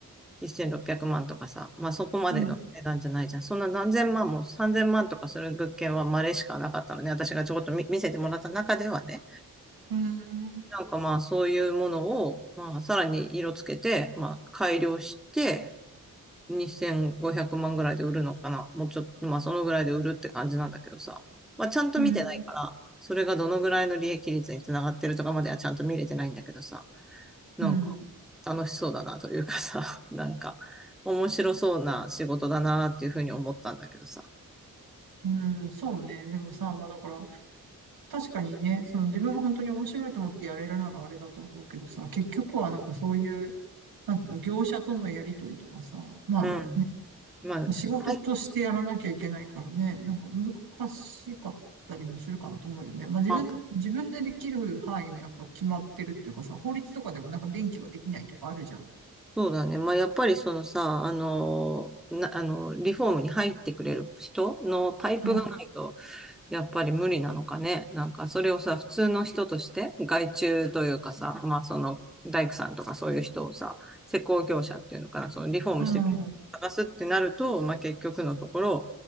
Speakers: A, in the centre; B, on the right.
A: 1600万とかさ、まあそこまでの値段じゃないじゃん。
B: うん、
A: そんな何千万も3000万とかする物件は稀しかなかったのね。私がちょこっと見見せてもらった中ではね。
B: うん、
A: なんかまあそういうものを、まあさらに色つけて、まあ改良して、2500万ぐらいで売るのかな。もうちょっと、まあそのぐらいで売るって感じなんだけどさ。まあちゃんと見てないから、
B: うん、
A: それがどのぐらいの利益率につながってるとかまではちゃんと見れてないんだけどさ。
B: うん。
A: なんか楽しそうだなというかさ、<laughs> なんか面白そうな仕事だなっていうふうに思ったんだけどさ。
B: うん、そうね。でもさ、まあだから、確かにね、その自分が本当に面白いと思ってやれるならあれだと思うけどさ、結局はなんかそういう、なんていうの、業者とのやりとりとかさ、まあね
A: うん。まあ、
B: 仕事としてやらなきゃいけないからね、
A: はい。
B: なんか難しかったりもするかなと思うよね。まあ自分、
A: まあ
B: 自分でできる範囲もやっぱ決まってるっていうかさ、法律とかでもなんか電気はできないとかあるじゃん。
A: そうだね。まあ、やっぱりそのさ、あの、な、あの、リフォームに入ってくれる人のパイプがないと、
B: うん、
A: やっぱり無理なのかね。なんか、それをさ、普通の人として、外注というかさ、まあ、その、大工さんとかそういう人をさ、施工業者っていうのかな、そのリフォームしてくれる人を探すってなると、
B: うん、
A: まあ、結局のところ、